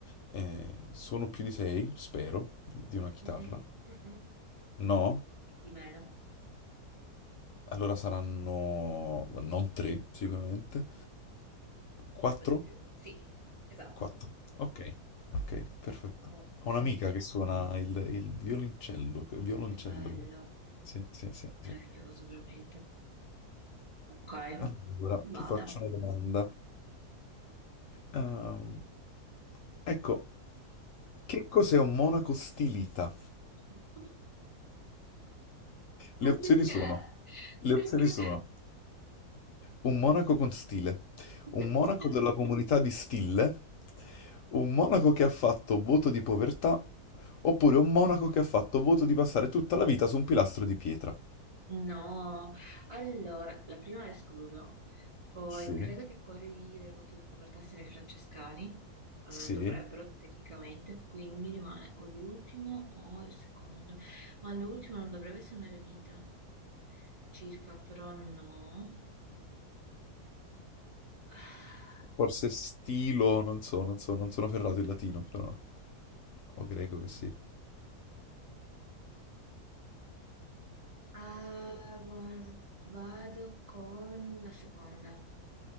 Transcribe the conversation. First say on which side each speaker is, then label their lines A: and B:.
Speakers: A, on the left (about 65°); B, on the right (about 45°).
A: Eh, sono più di sei, spero, di una chitarra.
B: Mm-mm, mm-mm.
A: No?
B: Di meno.
A: Allora saranno non tre, sicuramente. Quattro?
B: po' di più. Sì, esatto.
A: Quattro. Ok, Ok, perfetto.
B: Co-
A: Ho
B: Sì.
A: un'amica che suona il, il violoncello. Violoncello.
B: Che bello,
A: Sì, sì, sì,
B: meraviglioso
A: sì.
B: veramente. Ok,
A: Allora,
B: vada.
A: ti faccio una domanda. Ehm, ecco, che cos'è un monaco stilita?
B: <laughs>
A: Le opzioni
B: Perché?
A: sono, le
B: Perché?
A: opzioni sono Un monaco con stile,
B: <laughs>
A: un monaco della comunità di Stille, un monaco che ha fatto voto di povertà, oppure un monaco che ha fatto voto di passare tutta la vita su un pilastro di pietra.
B: No, allora, la prima la escludo, poi
A: Sì,
B: credo che quelli del voto di povertà siano i francescani, almeno
A: sì.
B: dovrebbero tecnicamente, quindi mi rimane o l'ultimo o il secondo, ma l'ultimo non dovrebbe essere un eremita, circa, però no. <sighs>
A: Forse stilo, non so, non so, non sono ferrato in latino, però. O greco che sì.
B: Ah, guarda, vado con la seconda,